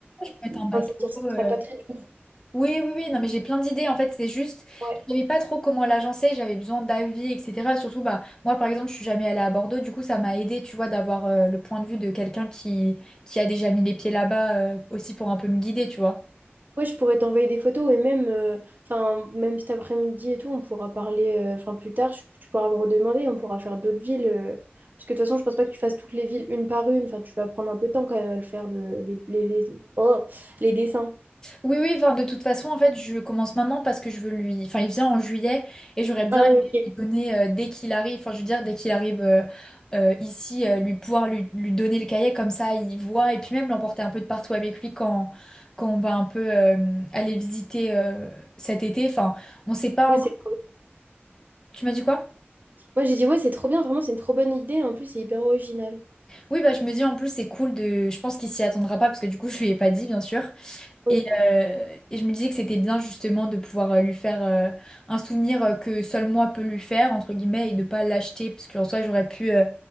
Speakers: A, on the left (about 15°); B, on the right (about 45°).
A: je peux être un bateau.
B: enfin, je veux dire, ce
A: euh,
B: sera pas très dur.
A: Oui, oui, oui, non, mais j'ai plein d'idées. En fait, c'est juste,
B: Ouais.
A: je savais pas trop comment l'agencer, j'avais besoin d'avis, etc. Surtout, bah, moi, par exemple, je suis jamais allée à Bordeaux, du coup, ça m'a aidé, tu vois, d'avoir euh, le point de vue de quelqu'un qui, qui a déjà mis les pieds là-bas, euh, aussi pour un peu me guider, tu vois.
B: Ouais, je pourrais t'envoyer des photos et même, euh, enfin, même cet après-midi et tout, on pourra parler, euh, enfin plus tard, je- tu pourras me redemander, on pourra faire d'autres villes, euh, parce que de toute façon je pense pas que tu fasses toutes les villes une par une, enfin tu vas prendre un peu de temps quand même à le faire, le, le- les, les, oh, les dessins.
A: Oui, oui, enfin, de toute façon, en fait, je commence maintenant parce que je veux lui. Enfin, il vient en juillet et j'aurais bien
B: Ah oui,
A: aimé
B: ok.
A: lui donner euh, dès qu'il arrive, enfin, je veux dire, dès qu'il arrive euh, euh, ici, euh, lui pouvoir lui, lui donner le cahier comme ça, il voit et puis même l'emporter un peu de partout avec lui quand, quand on va un peu euh, aller visiter euh, cet été. Enfin, on sait pas
B: Ouais,
A: encore.
B: c'est
A: Tu m'as dit quoi?
B: Moi, j'ai dit, ouais, c'est trop bien, vraiment, c'est une trop bonne idée. En plus, c'est hyper original.
A: Oui, bah, je me dis en plus, c'est cool de. Je pense qu'il s'y attendra pas parce que du coup, je lui ai pas dit, bien sûr.
B: Oui.
A: Et, euh, et je me disais que c'était bien justement de pouvoir euh, lui faire euh, un souvenir euh, que seul moi peux lui faire, entre guillemets, et de pas l'acheter, parce qu'en soi j'aurais pu euh,